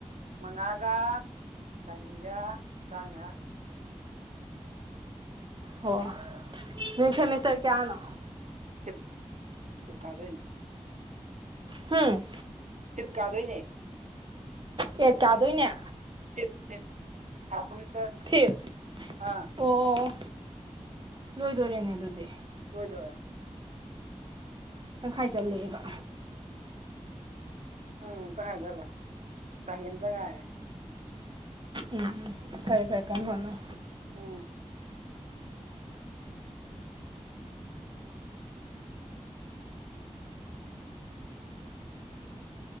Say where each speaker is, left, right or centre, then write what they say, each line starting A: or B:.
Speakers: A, on the right; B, on the right.
A: ꯃꯉꯥꯒ ꯆꯅꯤꯒ ꯇꯔꯥ ꯃꯉꯥ
B: ꯑꯣ ꯅꫭꯏ ꯁꯦꯃꯤꯁꯇꯔ ꯀꯌꯥꯅꯣ
A: ꯐꯤꯞ ꯐꯤꯞ ꯀꯥꯕꯩꯅꯤ
B: ꯍꯨꯝ
A: ꯐꯤꯞ ꯀꯥꯗꯣꯏꯅꯦ
B: ꯑ‌ꯦꯠ ꯀꯥꯗꯣꯏꯅꯦ
A: fifth fifth five semester
B: fifth
A: ꯑꯥ
B: ꯑꯣ ꯑꯣ ꯑꯣ ꯂꯣꯏꯗꯣꯔꯦꯅꯦ ꯑꯗꯨꯗꯤ꯫
A: ꯂꫭꯏꯗꫭꯔ‌‌ꯦ
B: ꯇꯪꯈꯥꯏ ꯆꯜꯂꯦꯑꯦꯕ꯫
A: ꯎꯝ ꯇꯈꯥꯏꯆꯜꯂꯦ ꯆꯍꯤ ꯑꯃꯇ ꯉꯥꯏꯔꯦ꯫
B: ꯎꯝ ꯎꯝ ꯐꯩ ꯐꯩ ꯀꯥꯟꯅ ꯍꫭꯠꯅꯧ
A: ꯎꯝ